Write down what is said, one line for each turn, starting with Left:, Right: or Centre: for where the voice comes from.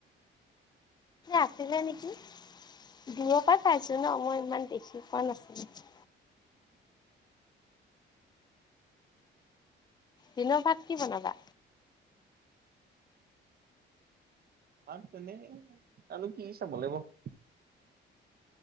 Left: আছিলে নেকি দূৰৰ পৰা চাইছোঁ ন, মই ইমান দেখি পোৱা নাছিলোঁ। দিনৰ ভাত কি বনাবা?
Right: আৰু তেনে আৰু কি চাব লাগিব।